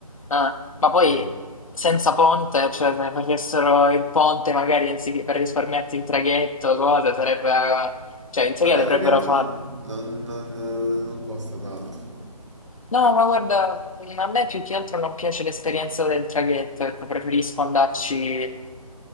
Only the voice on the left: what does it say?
Eh, ma poi
senza ponte, cioè se facessero il ponte magari anziché per risparmiarti il traghetto, cose, sarebbe... cioè in teoria
dovrebbero
fare...
No, ma guarda, a me più che altro non piace l'esperienza del traghetto, ecco, preferisco andarci